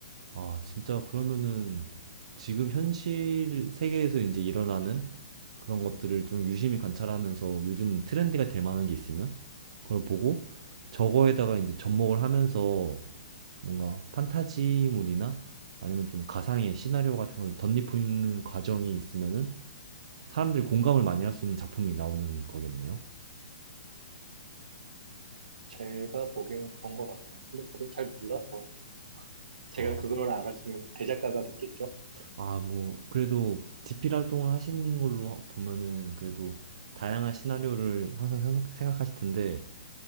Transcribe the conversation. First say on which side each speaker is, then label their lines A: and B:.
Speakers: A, on the right; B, on the right.
A: 아, 진짜 그러면은 지금 현실 세계에서 이제 일어나는 그런 것들을 좀 유심히 관찰하면서 요즘 트렌드가 될 만한 게 있으면 그걸 보고 저거에다가 이제 접목을 하면서 뭔가 판타지물이나 아니면 좀 가상의 시나리오 같은 걸 덧입히는 과정이 있으면은 사람들이 공감을 많이 할 수 있는 작품이 나오는 거겠네요.
B: 제가 보기엔 그런 것 같아요. 근데 저도 잘 몰라서 제가
A: 아,
B: 그걸 알았으면 대작가가 됐겠죠?
A: 아, 뭐, 그래도 집필 활동을 하시는 걸로 보면은 그래도 다양한 시나리오를 항상 생각- 생각하실 텐데,